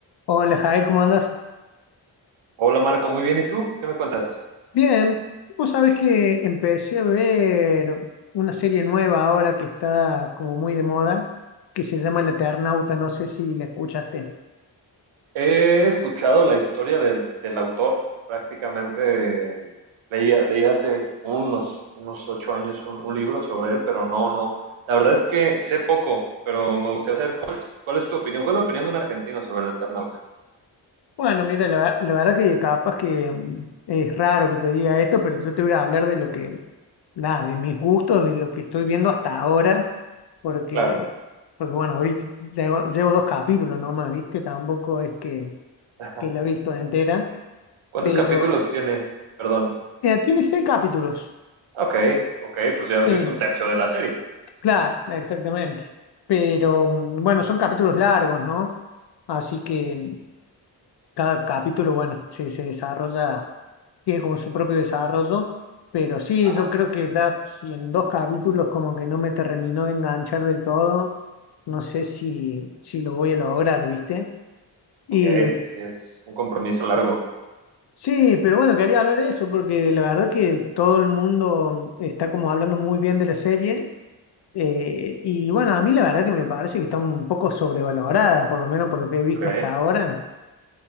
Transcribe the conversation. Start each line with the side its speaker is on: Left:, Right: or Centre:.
Left: Hola Jair, ¿cómo andas?
Right: Hola Marco, muy bien. ¿Y tú? ¿Qué me cuentas?
Left: Bien, vos sabés que empecé a ver una serie nueva ahora que está como muy de moda, que se llama El Eternauta, no sé si la escuchaste.
Right: He escuchado la historia del, del autor. Prácticamente leí, leí hace unos, unos ocho años un, un libro sobre él, pero no, no. La verdad es que sé poco, pero me gustaría saber cuál es, cuál es tu opinión. ¿Cuál es la opinión de un argentino sobre el Eternauta?
Left: Bueno, mira, la, ver- la verdad que capaz que mm, es raro que te diga esto, pero yo te voy a hablar de lo que, nada, de mis gustos, de lo que estoy viendo hasta ahora, porque,
Right: Claro.
Left: porque bueno, hoy llevo, llevo dos capítulos nomás, ¿viste? Tampoco es que,
Right: <laughs>
Left: que la he visto entera.
Right: ¿Cuántos
Left: Pero
Right: capítulos tiene? Perdón.
Left: Mira, tiene seis capítulos.
Right: Ok, ok, pues ya has
Left: Sí,
Right: visto un tercio de la serie.
Left: claro, exactamente. Pero mm, bueno, son capítulos largos, ¿no? Así que mm, cada capítulo, bueno, se, se desarrolla, tiene como su propio desarrollo. Pero sí,
Right: Ajá.
Left: yo creo que ya si en dos capítulos como que no me terminó de enganchar del todo, no sé si, si lo voy a lograr, ¿viste? Y
Right: Ok, es que sí, es un compromiso largo.
Left: sí, pero bueno, quería hablar de eso porque la verdad que todo el mundo mm, está como hablando muy bien de la serie Eh, y bueno, a mí la verdad que me parece que está un poco sobrevalorada, por lo menos por lo que he visto
Right: Ok.
Left: hasta ahora.